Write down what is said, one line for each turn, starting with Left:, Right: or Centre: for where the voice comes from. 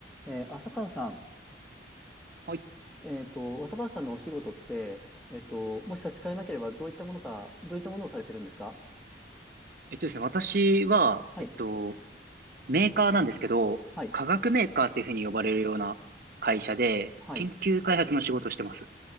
Centre: えー浅川さん、
Right: はい。
Centre: えっと、浅川さんのお仕事って、えっと、もし差し支えなければ、どういったものか、どういったものをされてるんですか
Right: えっとですね、私は、
Centre: はい、
Right: えっと、メーカーなんですけど、
Centre: はい、
Right: 化学メーカーっていうふうに呼ばれるような会社で、
Centre: はい。
Right: 研究開発の仕事をしてます。